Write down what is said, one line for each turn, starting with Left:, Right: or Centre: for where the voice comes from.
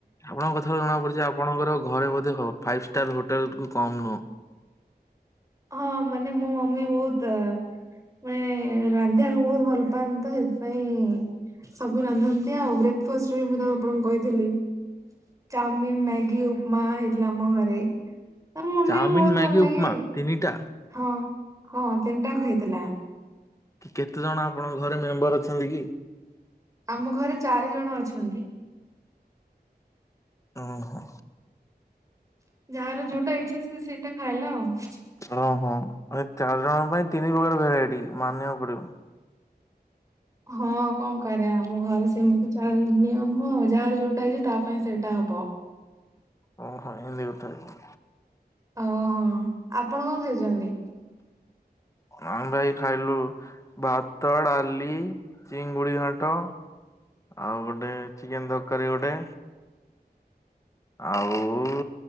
Left: ଆପଣଙ୍କ କଥାରୁ ଜଣା ପଡୁଛି ଆପଣଙ୍କର ଘରେ ବୋଧେ ଫାଇଭ ଷ୍ଟାର ହୋଟେଲରୁ କମ ନୁହଁ।
Right: ହଁ ମାନେ ମୋ ମମି ବହୁତ୍ ଆ ମାନେ ରାନ୍ଧିବାକୁ ବହୁତ୍ ଭଲ୍ ପାଆନ୍ତି ତ ସେଥିପାଇଁ ସବୁ ରାନ୍ଧନ୍ତି ଆଉ, ବ୍ରେକଫାଷ୍ଟ ବି ମୁଁ ତ ଆପଣଙ୍କୁ କହିଥିଲି। ଚାଉମିନ୍, ମ୍ୟାଗି, ଉପମା ହେଇଥିଲା ଆମ ଘରେ, ତମ ମମିକି
Left: ଚାଉମିନ
Right: ବହୁତ
Left: ମ୍ୟାଗି
Right: ଭଲ ଲାଗେ?
Left: ଉପମା ତିନିଟା?
Right: ହଁ-ହଁ ତିନଟା କ ହେଇଥିଲା।
Left: କେତେଜଣ ଆପଣଙ୍କ ଘରେ ମେମ୍ବର ଅଛନ୍ତି କି?
Right: ଆମଘରେ ଚାରିଜଣ ଅଛନ୍ତି।
Left: ଉଁ-ହୁଁ।
Right: ଯାହାର ଯଉଟା ଇଚ୍ଛା ସେ ସେଇଟା ଖାଇଲା ଆଉ।
Left: ଅ ହଁ ଏ ଚାରି ଜଣଙ୍କ ପାଇଁ ତିନି ପ୍ରକାର ଭେରାଇଟି ମାନିବାକୁ ପଡିବ।
Right: ହଁ କଣ କରିଆ ଆମ ଘରେ ସେମିତି ଚାଲେ ନିୟମ ଯାହାର ଯୋଉଟା ଇଛା ତା ପାଇଁ ସେ ସେଟା ହବ।
Left: ଓ ହଁ ଏମିତି କଥା କି?
Right: ଓହୋ ଆପଣ କଣ ଖାଇଛନ୍ତି?
Left: ଆମେ ପା ଏଇ ଖାଇଲୁ ଭାତ, ଡାଲି, ଚିଙ୍ଗୁଡ଼ି ଘାଣ୍ଟ। ଆଉ ଗୋଟେ ଚିକେନ୍ ତରକାରୀ ଗୋଟେ। ଆଉ।